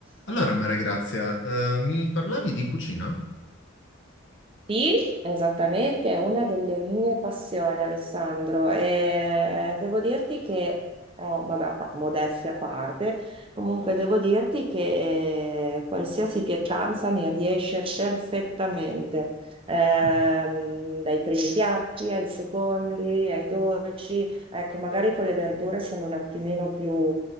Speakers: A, on the left (about 60°); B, on the right (about 25°).
A: Allora, Maria Grazia, eh, mi parlavi di cucina?
B: Sì, esattamente, è una delle mie passioni, Alessandro, e devo dirti che, oh, vabbè, pa- modestia a parte, comunque devo dirti che eh, qualsiasi pietanza mi riesce perfettamente, Ehm,
A: Mm,
B: dai primi piatti ai secondi, ai dolci, ecco, magari con le verdure sono un attimino più